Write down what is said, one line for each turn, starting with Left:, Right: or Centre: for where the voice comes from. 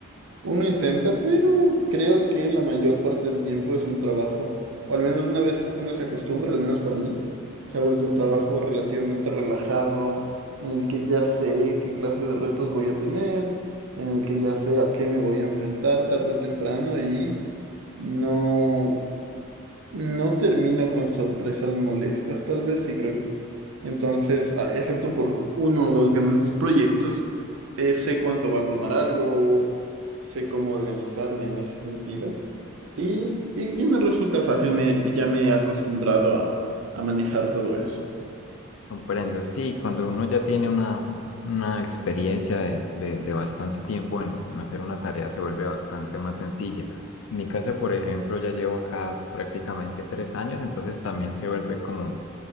Right: Uno intenta, pero creo que la mayor parte del tiempo es un trabajo, o al menos una vez uno se acostumbra, al menos para mí, se ha vuelto un trabajo relativamente relajado, en el que ya sé qué clase de retos voy a tener, en el que ya sé a qué me voy a enfrentar tarde o temprano y no, no termino con sorpresas molestas, tal vez, y creo entonces, a- excepto por uno o dos grandes proyectos, eh, sé cuánto va a tomar algo, sé cómo organizarme en ese sentido. Y, y- y me resulta fácil, me, ya me he acostumbrado a, a manejar todo eso.
Left: Comprendo, sí, cuando uno ya tiene una, una experiencia de, de- de bastante tiempo en, en hacer una tarea, se vuelve bastante más sencilla. En mi caso, por ejemplo, ya llevo acá prácticamente tres años, entonces también se vuelve como